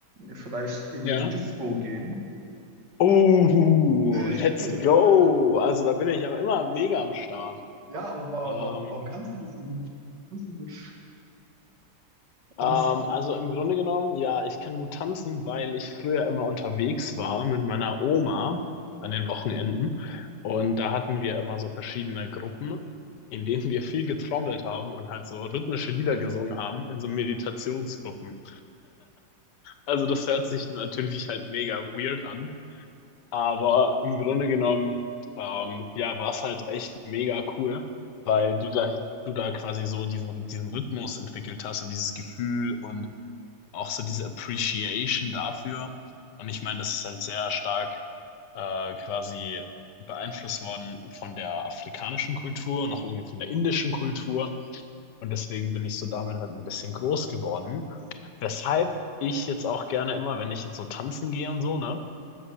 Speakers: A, on the right (about 70°); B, on the left (about 70°).
A: Vielleicht in
B: Ja.
A: die Disco gehen.
B: Oh,
A: Äh,
B: let's
A: <laughs> ja,
B: go.
A: ja,
B: Also da
A: ja,
B: bin ich ja immer mega am Start.
A: Ja, aber wa-
B: Ähm,
A: wa- warum kannst du das so gut? Kannst du so gut tanzen?
B: ähm, also im Grunde genommen, ja, ich kann gut tanzen, weil ich früher immer unterwegs war mit meiner Oma an den Wochenenden. Und da hatten wir immer so verschiedene Gruppen, in denen wir viel getrommelt haben und halt so rhythmische Lieder gesungen haben in so Meditationsgruppen. Also das hört sich natürlich halt mega weird an. Aber im Grunde genommen, ähm, ja, war es halt echt mega cool, weil du da, du da quasi so diesen, diesen Rhythmus entwickelt hast und dieses Gefühl und auch so diese Appreciation dafür. Und ich meine, das ist halt sehr stark äh, quasi beeinflusst worden von der afrikanischen Kultur und auch irgendwie von der indischen Kultur. Und deswegen bin ich so damit halt ein bisschen groß geworden. Weshalb ich jetzt auch gerne immer, wenn ich jetzt so tanzen gehe und so, ne?